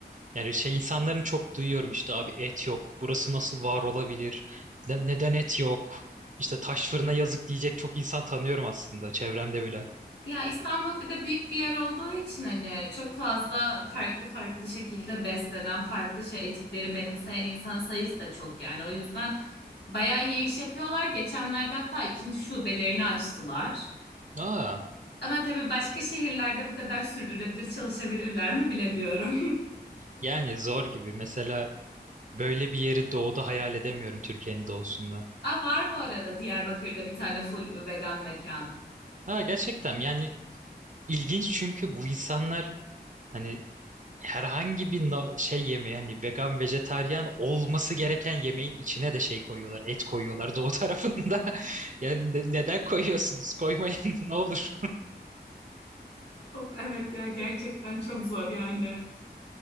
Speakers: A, on the right (about 50°); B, on the left (about 75°).
A: yani şey insanların çok duyuyorum işte abi et yok. Burası nasıl var olabilir? Ne- neden et yok? İşte taş fırına yazık diyecek çok insan tanıyorum aslında çevremde bile.
B: Ya İstanbul bir de büyük bir yer olduğu için hani çok fazla farklı farklı şekilde beslenen, farklı şey etikleri benimseyen insan sayısı da çok yani. O yüzden bayağı iyi iş yapıyorlar. Geçenlerde hatta ikinci şubelerini açtılar.
A: Aa.
B: Ama tabii başka şehirlerde bu kadar sürdürülebilir çalışabilirler mi bilemiyorum.
A: Yani zor gibi. Mesela Böyle bir yeri doğuda hayal edemiyorum Türkiye'nin doğusunda.
B: <laughs> Aa, var bu arada Diyarbakır'da bir tane full vegan mekan.
A: Ha, gerçekten yani ilginç çünkü bu insanlar hani herhangi bir na- şey yemeği hani vegan vejetaryen olması gereken yemeğin içine de şey koyuyorlar et koyuyorlar doğu tarafında. <laughs> Yani ne- neden koyuyorsunuz? Koymayın <laughs> ne olur.
B: Of evet ya gerçekten çok zor yani.